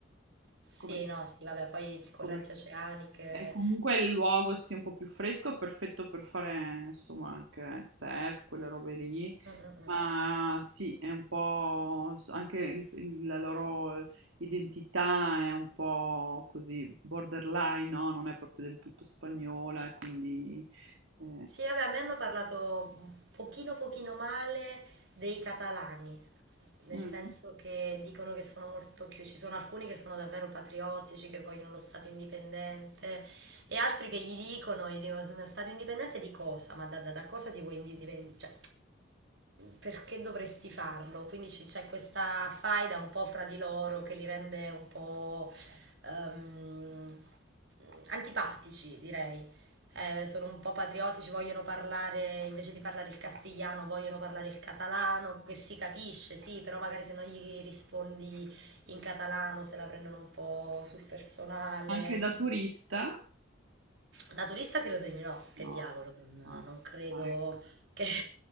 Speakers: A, on the right; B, on the right.
A: Sì,
B: come,
A: no, sì, vabbè, poi correnti
B: come-
A: oceaniche.
B: e comunque il luogo sia un po' più fresco è perfetto per fare insomma anche surf, quelle robe lì,
A: Mm, mm, mm.
B: ma sì, è un po' s- anche il- il- la loro identità è un po' così borderline, no? Non è proprio del tutto spagnola, e quindi eh,
A: Sì, vabbè, a me hanno parlato un pochino pochino male dei catalani. nel
B: mm.
A: senso che dicono che sono molto chiusi, ci sono alcuni che sono davvero patriottici, che vogliono lo Stato indipendente e altri che gli dicono, gli dicono, "Ma Stato indipendente di cosa? Ma da, da- da cosa ti vuoi indipendere? Cioè, perché dovresti farlo? Quindi ci- c'è questa faida un po' fra di loro che li rende un po' ehm, antipatici, direi. Eh, sono un po' patriottici, vogliono parlare, invece di parlare il castigliano, vogliono parlare il catalano, che si capisce, sì, però magari se non gli rispondi in catalano se la prendono un po' sul personale.
B: anche da turista,
A: Da turista credo di no, che
B: no,
A: diavolo, non,
B: ah,
A: non credo
B: sì, dai.
A: che... <laughs>